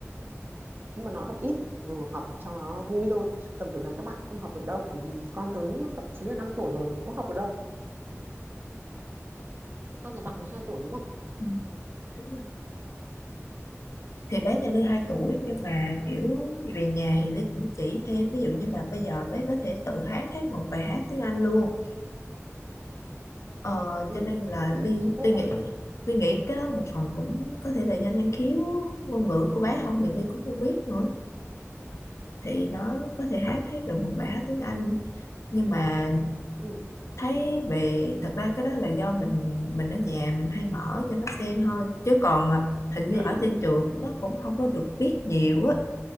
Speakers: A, on the right (about 45°); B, on the left (about 65°).
A: nhưng mà nó học ít vừa học cho nó vui thôi tầm tuổi này các bạn không học được đâu bởi vì con tớ thậm chí là 5 tuổi rồi cũng học được đâu cái con nhà bạn
B: thì-
A: 12 tuổi đúng không
B: ừ, đúng rồi. thì bé nhà Ly hai tuổi nhưng mà kiểu về nhà thì Ly cũng chỉ thêm ví dụ như mà bây giờ bé có thể tự hát hát một bài hát tiếng Anh luôn Ờ,
A: ừ
B: cho nên là Ly
A: thế thì tốt
B: Ly
A: quá
B: nghĩ Ly nghĩ cái đó một phần cũng có thể là do năng khiếu ngôn ngữ của bé không thì Ly cũng không biết nữa thì nó có thể hát hát được một bài hát tiếng Anh nhưng mà
A: ừ
B: thấy về thật ra cái đó là do mình mình ở nhà mình hay mở cho nó xem thôi chứ còn à, hình như
A: ừ
B: ở trên trường nó cũng không có được biết nhiều á